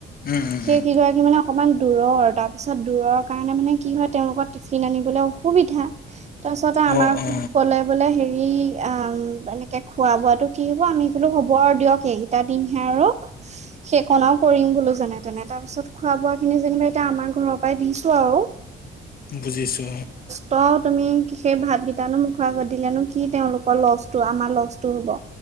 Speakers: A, on the left; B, on the right.
A: উম উম
B: সেই
A: উম
B: কেইগৰাকী মানে অকমান দূৰৰ তাৰপিছত দূৰৰ কাৰণে মানে কি হয় তেওঁলোকৰ টিফিন আনিবলৈ সুবিধা তাৰপিছতে আমাৰ
A: অ অ
B: কলে বোলে হেৰি অ, এনে খোৱা বোৱাটো কি হ'ব আমি বোলো হ'ব আৰু দিয়ক এইকেইটা দিনহে আৰু সেইকনাও কৰিম বোলো যেনে তেনে তাৰ পিছত খোৱা বোৱা খিনি যেনিবা এতিয়া আমাৰ ঘৰৰ পৰাই দিছো আৰু।
A: বুজিছো
B: ত তুমি সেই ভাতকেইটানো মোখৰ আগত দিলেনো কি তেওঁলোকৰ লচটো আমাৰ লচটো হ'ব